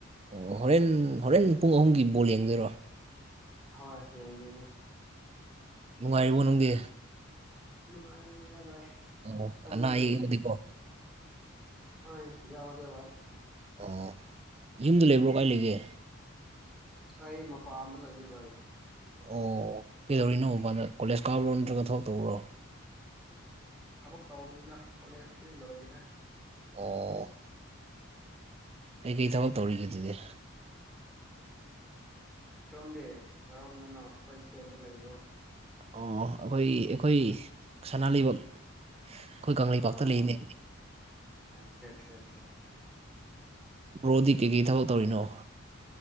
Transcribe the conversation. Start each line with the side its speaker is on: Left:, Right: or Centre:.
Right: ꯑꯣ ꯍꯣꯔꯦꯟ ꯍꯣꯔꯦꯟ ꯄꯨꯡ ꯑꯍꯨꯝꯒꯤ ꯕꯣꯜ ꯌꯦꯡꯗꯣꯏꯔꯣ
Centre: ꯍꯣꯏ ꯌꯦꯡꯗꯣꯏꯅꯦ
Right: ꯅꯨꯡꯉꯥꯏꯔꯤꯕ ꯅꯪꯗꯤ
Centre: ꯅꯨꯡꯉꯥꯏꯅꯤꯗ ꯚꯥꯏ
Right: ꯑꯣ
Centre: ꯁꯣꯝꯗꯗꯤ
Right: ꯑꯅꯥ ꯑꯌꯦꯛ ꯌꯥꯎꯗꯤꯀꯣ
Centre: ꯍꯣꯏ ꯌꯥꯎꯗꯦ ꯚꯥꯏ
Right: ꯑꯣ ꯌꯨꯝꯗ ꯂꯩꯕ꯭ꯔꯣ ꯀꯥꯏ ꯂꯩꯒꯦ
Centre: ꯑꯩ ꯃꯄꯥꯟꯗ ꯂꯩꯌꯦ ꯚꯥꯏ
Right: ꯑꯣ ꯀꯩꯗꯧꯔꯤꯅꯣ ꯃꯄꯥꯟꯗ ꯀꯣꯂꯦꯖ ꯀꯥꯕ꯭ꯔꯣ ꯅꯠꯇ꯭ꯔꯒ ꯊꯕꯛ ꯇꯧꯕꯔꯣ
Centre: ꯊꯕꯛ ꯇꯧꯕꯅꯤꯗ ꯀꯣꯂꯦꯖꯇꯤ ꯂꯣꯏꯈ꯭ꯔꯦ
Right: ꯑꯣ ꯀꯩꯀꯩ ꯊꯕꯛ ꯇꯧꯔꯤꯒꯦ ꯑꯗꯨꯗꯤ
Centre: ꯁꯣꯝꯗꯤ ꯀꯔꯣꯝꯗꯅꯣ ꯑꯩꯈꯣꯏ ꯏꯁꯇꯦꯠꯇ ꯂꯩꯕ꯭ꯔꯣ
Right: ꯑꯣ ꯑꯩꯈꯣꯏ ꯑꯩꯈꯣꯏ ꯁꯅꯥ ꯂꯩꯕꯥꯛ ꯑꯩꯈꯣꯏ ꯀꯪꯂꯩꯄꯥꯛꯇ
Centre: ꯑꯣ
Right: ꯂꯩꯅꯦ
Centre: ꯑꯆꯥ ꯑꯆꯥ ꯆꯥꯆꯥ
Right: ꯕ꯭ꯔꯣꯗꯤ ꯀꯩꯀꯩ ꯊꯕꯛ ꯇꯧꯔꯤꯅꯣ